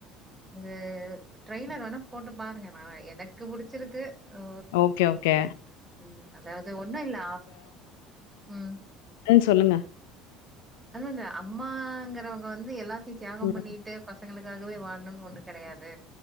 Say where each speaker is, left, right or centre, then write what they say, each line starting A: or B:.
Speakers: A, on the right; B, on the left.
A: ம்‌ ட்ரெய்னர் வேணா போட்டு பாருங்க நா எனக்கு புடிச்சிருக்கு ஓ
B: ஓகே ஓகே
A: ம் அதாவது ஒன்னு இல்ல ம்
B: ஆ சொல்லுங்க
A: இல்ல இல்ல அம்மாங்குறவுங்க வந்து எல்லா தியாகம்
B: ம்
A: பண்ணிட்டு பசங்களுக் காகவே வாழணும்ன்னு ஒன்னு கெடையாது